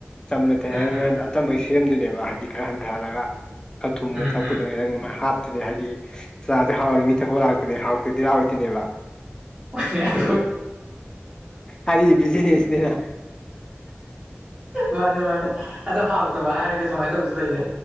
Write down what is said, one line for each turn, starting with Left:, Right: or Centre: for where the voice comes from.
Left: ꯆꯝꯅ ꯊꯛꯑꯦ
Right: ꯎꯝ
Left: ꯍꯥꯏꯔꯅ
Right: ꯎꯝ
Left: ꯑꯆꯝꯕꯩ ꯁꯦꯝꯗꯣꯏꯅꯦꯕ ꯍꯥꯏꯗꯤ ꯈꯔ ꯍꯟꯊꯍꯜꯂꯒ꯫ ꯈꯥ ꯊꯨꯝꯕ
Right: ꯎꯝ ꯎꯝ
Left: ꯊꯛꯄꯗꯨꯅ ꯈꯤꯇꯪ ꯃꯥꯏ ꯍꯥꯞꯇꯨꯅꯦ ꯍꯥꯏꯗꯤ ꯆꯥꯁꯦ ꯍꯥꯎꯔꯤ ꯃꯤ ꯊꯛꯄ ꯂꯥꯛꯇꯨꯅꯦ ꯍꯥꯎꯇꯗꯤ ꯂꯥꯛꯑꯣꯏꯇꫭꯏꯅꯦꯕ꯫
Right: <unintelligible> <unintelligible>
Left: ꯍꯥꯏꯗꯤ ꯕꯤꯖꯤꯅꯦꯁꯅꯤꯅ
Right: ꯃꯥꯅꯦ ꯃꯥꯅꯦ ꯑꯗꯣ ꯍꯥꯎꯇꯕ ꯍꯥꯏꯔꯒꯁꯨ ꯁꯨꯃꯥꯏꯅ ꯇꯧꯁꯨ ꯂꯩꯅꯦ